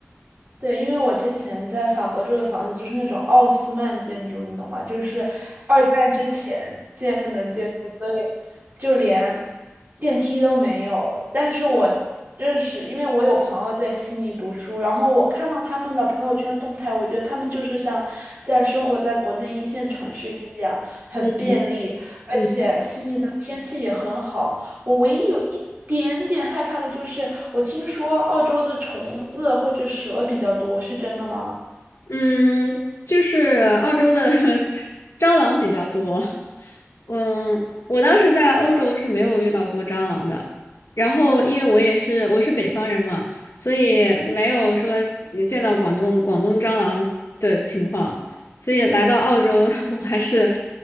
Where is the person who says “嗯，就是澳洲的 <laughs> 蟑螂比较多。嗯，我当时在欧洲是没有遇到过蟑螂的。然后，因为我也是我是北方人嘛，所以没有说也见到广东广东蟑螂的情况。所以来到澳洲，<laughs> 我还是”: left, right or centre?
Left